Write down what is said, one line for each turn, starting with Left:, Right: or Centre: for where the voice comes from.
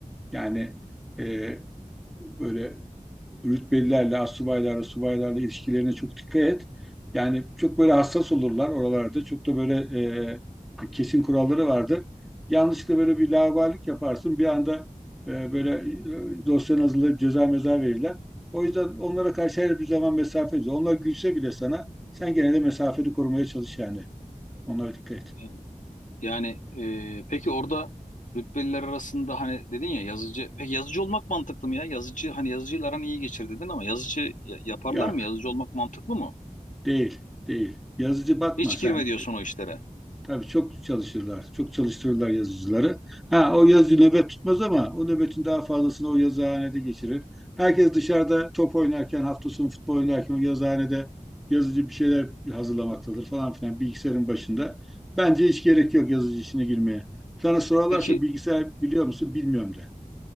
Centre: yani e, böyle rütbelilerle, astsubaylarla, subaylarla ilişkilerine çok dikkat et. Yani çok böyle hassas olurlar oralarda. Çok da böyle e, kesin kuralları vardır. Yanlışlıkla böyle bir laubalilik yaparsın. Bir anda e, böyle e, dosyanı hazırlayıp ceza meza verirler. O yüzden onlara karşı her bir zaman mesafeli. Onlar gülse bile sana sen gene de mesafeni korumaya çalış yani. Onlara dikkat et.
Left: Ee, Yani e, peki orada rütbeliler arasında hani dedin ya yazıcı. Peki yazıcı olmak mantıklı mı ya? Yazıcı hani yazıcıyla aran iyi geçir dedin ama yazıcı ya- yaparlar
Centre: Yok,
Left: mı? Yazıcı olmak mantıklı mı?
Centre: değil, değil. Yazıcı bakma
Left: Hiç
Centre: sen.
Left: girme diyorsun o işlere.
Centre: Tabii çok çalışırlar. Çok çalıştırırlar yazıcıları. Ha o yazıcı nöbet tutmaz ama o nöbetin daha fazlasını o yazıhanede geçirir. Herkes dışarıda top oynarken, hafta sonu futbol oynarken o yazıhanede yazıcı bir şeyler hazırlamaktadır falan filan bilgisayarın başında. Bence hiç gerek yok yazıcı işine girmeye. Sana sorarlarsa
Left: Peki
Centre: bilgisayar biliyor musun? Bilmiyorum de.